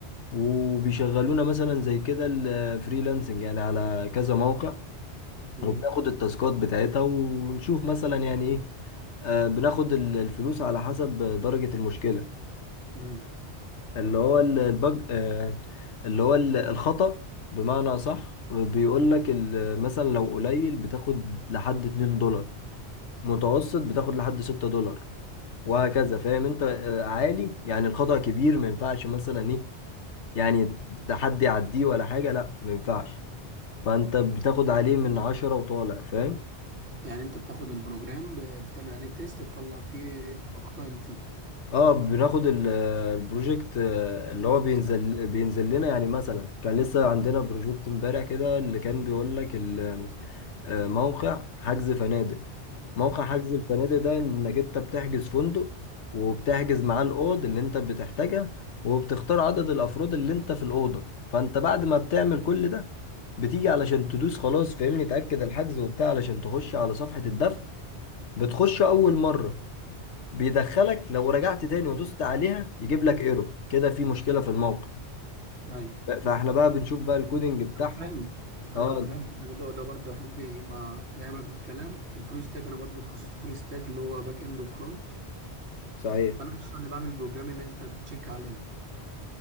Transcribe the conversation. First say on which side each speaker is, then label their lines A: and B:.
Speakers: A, on the left (about 80°); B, on the right (about 70°).
A: وبيشغلونا مثلا زي كده الفريلانسنج يعني على كذا موقع
B: مم.
A: وبناخد التاسكات بتاعتها ونشوف مثلا يعني ايه آه، بناخد ال- الفلوس على حسب درجة المشكلة
B: مم.
A: اللي هو ال- البج آه، اللي هو ال- الخطأ بمعنى صح بيقول لك ال- مثلا لو قليل بتاخد لحد 2 دولار متوسط بتاخد لحد 6 دولار وهكذا فاهم انت آه، عالي يعني الخطأ كبير ما ينفعش مثلا ايه يعني ده حد يعديه ولا حاجة لا ما ينفعش فانت بتاخد عليه من 10 وطالع فاهم
B: يعني انت بتاخد البروجرام ب- بتعمل عليه تيست تطلع فيه الاخطاء اللي فيه
A: اه بناخد ال- آه، البروجكت آه، اللي هو بينزل بينزل لنا يعني مثلا كان لسه عندنا بروجكت امبارح كده اللي كان بيقول لك آه، موقع حجز فنادق موقع حجز الفنادق ده انك انت بتحجز فندق وبتحجز معاه الاوض اللي انت بتحتاجها وبتختار عدد الافراد اللي انت في الاوضه فانت بعد ما بتعمل كل ده بتيجي علشان تدوس خلاص فاهمني تاكد الحجز وبتاع علشان تخش على صفحه الدفع بتخش اول مره بيدخلك لو رجعت تاني ودوست عليها يجيب لك ايرور كده في مشكله في الموقع
B: امم
A: فاحنا بقى بنشوف بقى الكودينج بتاعها
B: انا فاهم ايوه
A: اه
B: انا فاهم الموضوع ده برضه يا حبي ما جايبك في الكلام الفول ستاك انا برضه اتخصصت فول ستاك اللي هو باك اند وفرونت
A: صحيح
B: فانا اصلا اللي بعمل البروجرام اللي انت بتشيك عليه